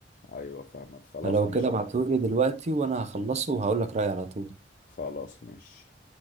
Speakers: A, on the left; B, on the right.
A: أيوة فاهمك خلاص
B: فلو
A: ماشي
B: كده ابعتهولي دلوقتي وانا هخلصه وهقول لك رأيي على طول
A: خلاص ماشي